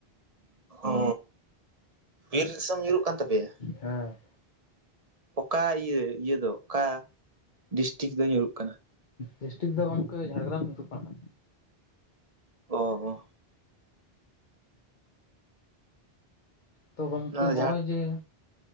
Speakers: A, on the right; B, on the left.
A: ᱚ ᱵᱤᱨ ᱫᱤᱥᱚᱢ ᱧᱩᱨᱩᱜ ᱠᱟᱱ ᱛᱟᱯᱮᱭᱟ᱾
B: ᱦᱮᱸ
A: ᱚᱠᱟ ᱤᱭᱟᱹ, ᱤᱭᱟᱹ ᱫᱚ ᱚᱠᱟ ᱰᱤᱥᱴᱤᱠ ᱫᱚ ᱧᱩᱨᱩᱜ ᱠᱟᱱᱟ᱾
B: ᱰᱤᱥᱴᱤᱠ ᱫᱚ ᱜᱚᱢᱠᱮ ᱡᱷᱟᱲᱜᱨᱟᱢ ᱧᱩᱨᱩᱜ ᱠᱟᱱᱟ᱾
A: ᱚ ᱦᱚ᱾
B: ᱛᱚ ᱜᱚᱢᱠᱮ
A: ᱱᱚᱣᱟ
B: ᱦᱚᱜᱼᱚᱭ ᱡᱮ,